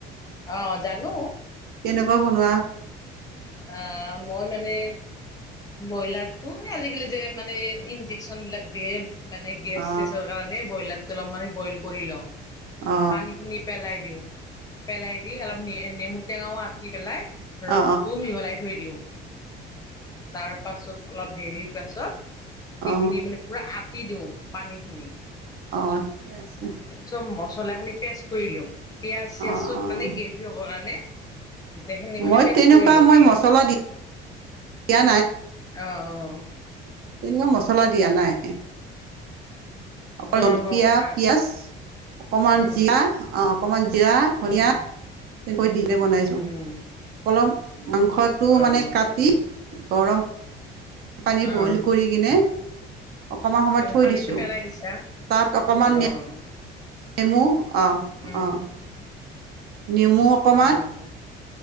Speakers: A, on the left; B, on the right.
A: অ', জানো
B: কেনেকুৱা বনোৱা?
A: আ মই মানে ব্ৰইলাৰটো আজিকালি যে মানে ইন্জেকচন বিলাক দিয়ে মানে গেছ-চেছৰ
B: অ
A: কাৰণে ব্ৰইলাৰটো অলপ মানে বইল কৰি লওঁ,
B: অ
A: পানী খিনি পেলাই দিওঁ, পেলাই দি অলপ নেমু টেঙাও আটি পেলাই ৰস
B: অ অ
A: লাই থৈ দিওঁ, তাৰ পাছত অলপ দেৰিৰ পাছত সেইখিনি
B: অ
A: মানে পুৰা আটি দিউ পানী খিনি
B: অ ঠিকে আছে।
A: চব মছলা খিনি পেষ্ট কৰিলো পিয়ঁয়াজ চিয়াজ
B: অ
A: চব
B: অ
A: মানে গ্ৰেভি হ'বৰ কাৰণে গোটেইখিনি মানে
B: মই
A: পেষ্ট
B: তেনেকুৱা
A: কৰি লওঁ।
B: মই মছলা দিয়া
A: অ অ'।
B: কিন্তু মচলা দিয়া নাই। অকল
A: গৰমৰ
B: জলকীয়া,
A: কথা।
B: পিয়াজ, অকমান
A: উম,
B: জিৰা অ অকমান জিৰা ধনীয়া
A: উম,
B: <unintelligible>
A: উম,
B: বনাইছো
A: উম।
B: অলপ মাংসটো
A: অ',
B: মানে কাটি গৰম পানী
A: অ'।
B: বইল কৰি কিনে অকমান সময় থৈ
A: পানীটো
B: দিছো।
A: পেলাই দিছা?
B: তাত অকমান
A: অ',
B: নেমু অ
A: উম,
B: অ। নেমু অকমান
A: অ',